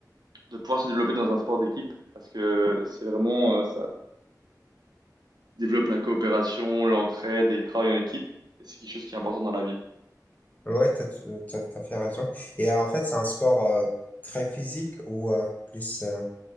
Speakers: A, on the right; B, on the left.
A: de pouvoir se développer dans un sport d'équipe parce que c'est vraiment, euh, ça développe la coopération, l'entraide et le travail en équipe. Et c'est quelque chose qui est important dans la vie.
B: Ouais, t'as, euh, t'as, t'as fait raison. Et euh, en fait, c'est un sport euh, très physique ou euh, plus euh,